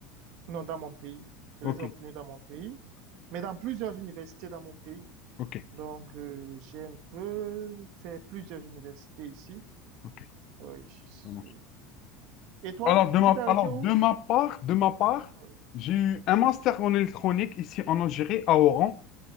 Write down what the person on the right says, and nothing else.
Non, dans mon pays. Je
les ai obtenus dans mon pays, mais dans plusieurs universités dans mon pays.
Donc euh, j'ai un peu fait plusieurs universités ici.
Ah Oui, je suis.
oui. Et toi,
tu t'es arrêté
où?
Ah Oui.